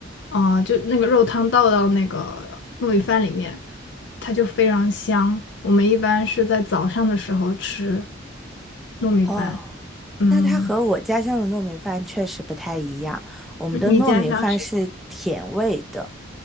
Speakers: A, on the left (about 60°); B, in the centre.
A: 啊、就那个肉汤倒到那个糯米饭里面，它就非常香。我们一般是在早上的时候吃糯米饭。
B: 哦，
A: 嗯，
B: 那它和我家乡的糯米饭确实不太一样。我们的糯米饭是甜味的，
A: 你你家乡是